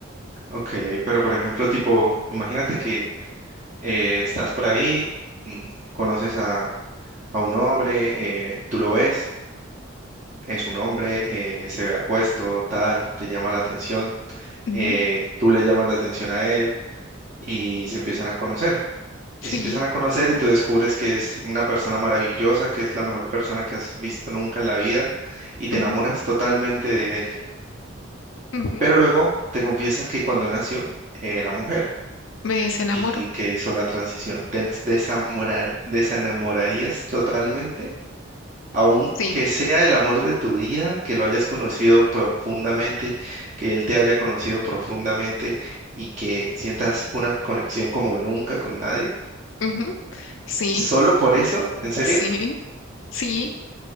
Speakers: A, on the right; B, on the left.
A: ok, pero por ejemplo, tipo, imagínate que eh, estás por ahí, mm, conoces a, a un hombre, eh, tú lo ves, es un hombre, eh, se ve apuesto, tal, te llama la atención,
B: Ujú,
A: eh, tú le llamas la atención a él y se empiezan a conocer.
B: Sí.
A: Y se empiezan a conocer y tú descubres que es una persona maravillosa, que es la mejor persona que has visto nunca en la vida y te
B: ujú,
A: enamoras totalmente de él.
B: ujú.
A: Pero luego te confiesa que cuando nació era mujer.
B: Me desenamoro.
A: y que hizo una transición. ¿Te nas- desamorar- desenamorarías totalmente? Aunque
B: Sí,
A: sea el amor de tu vida, que lo hayas conocido profundamente, que él te haya conocido profundamente y que sientas una conexión como nunca con nadie.
B: ujú, sí,
A: ¿Solo por eso? ¿En serio?
B: sí, sí,